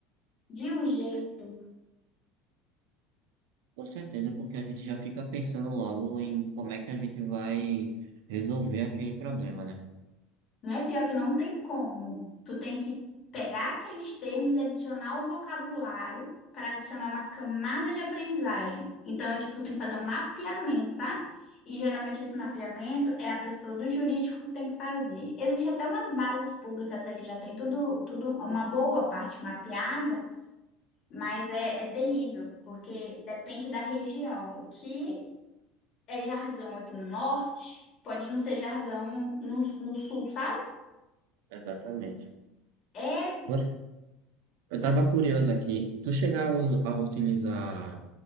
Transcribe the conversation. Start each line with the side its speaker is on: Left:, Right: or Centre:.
Left: de um jeito.
Right: Com cer- com certeza, porque a gente já fica pensando logo em como é que a gente vai resolver aquele problema, né?
Left: Não é pior que não tem como. Tu tem que pegar aqueles termos e adicionar o vocabulário para adicionar uma camada de aprendizagem. Então, é tipo, tu tem que fazer um mapeamento, sabe? E geralmente esse mapeamento é a pessoa do jurídico que tem que fazer. Existe até umas bases públicas aí que já tem tudo, tudo uma boa parte mapeada, mas é, é terrível, porque depende da região. O que é jargão aqui no norte, pode não ser jargão no, no sul, sabe?
Right: Exatamente.
Left: É,
Right: Você- eu estava curioso aqui. Tu chega a, us- a utilizar